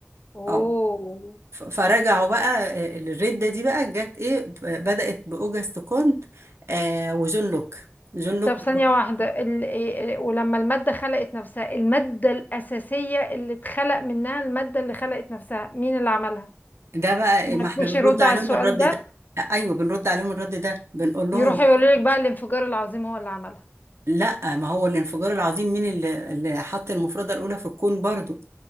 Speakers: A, on the left; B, on the right.
A: اوه
B: اه ف- فرجعوا بقى آه، الرده دي بقى جت ايه ب- بدات باوجست كونت آه وجون لوك جون لوك
A: طب ثانية واحدة ال... إيه- إيه، ولما المادة خلقت نفسها المادة الأساسية اللي اتخلق منها المادة اللي خلقت نفسها مين اللي عملها؟
B: ده بقى
A: ما
B: ما احنا
A: تقولش
B: بنرد
A: يردوا
B: عليهم
A: على السؤال
B: الرد
A: ده
B: ده ايوه بنرد عليهم الرد ده بنقول لهم
A: يروحوا يقولوا لك بقى الانفجار العظيم هو اللي عملها
B: لا ما هو الانفجار العظيم مين اللي اللي حط المفرده الاولى في الكون برضو